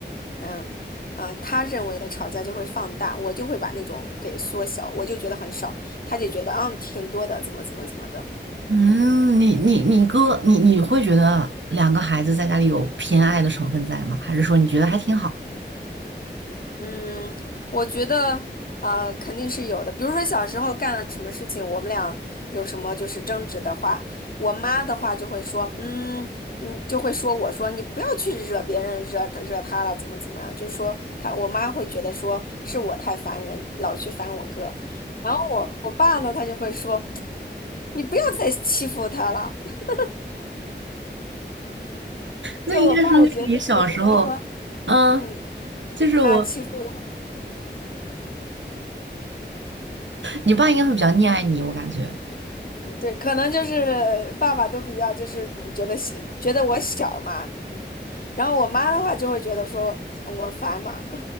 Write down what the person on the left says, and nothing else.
嗯嗯、呃他认为的吵架就会放大，我就会把那种给缩小，我就觉得很少，他就觉得嗯挺多的，怎么怎么怎么的。
嗯，我觉得呃肯定是有的。比如说小时候干了什么事情，我们俩有什么就是争执的话，我妈的话就会说，嗯，嗯，就会说我说你不要去惹别人，惹他惹他了，怎么怎么样，就是说她我妈会觉得说是我太烦人，老去烦我哥。然后我我爸呢，他就会说你不要再欺负他了。<laughs>
就我爸的角色就会觉得说，
嗯，
他欺负我。嗯。
对，可能就是爸爸都比较就是嗯觉得小，觉得我小嘛，嗯然后我妈的话就会觉得说我烦嘛，